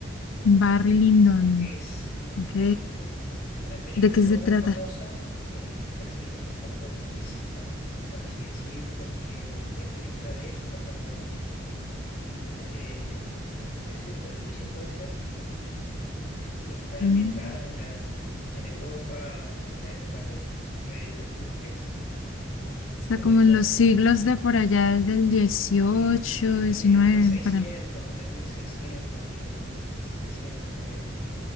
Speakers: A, on the left (about 85°); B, on the left (about 50°).
A: Barry Lyndon.
B: Es,
A: Ok.
B: es de una película
A: ¿De qué
B: no
A: se
B: muy
A: trata?
B: famosa, eh, es casi como un poco exquisita, por así decir, porque es, es película de época, como mm, de, eh, Deseo y Prejuicio puede ser, que están
A: Mm,
B: ambientadas en la, en Europa, en la época de reyes, duques y
A: O sea,
B: todo
A: como
B: eso
A: en los siglos de por allá del 18,
B: Y en el
A: 19
B: mil seiscientos
A: para.
B: en el mil seiscientos mil setecientos por ahí.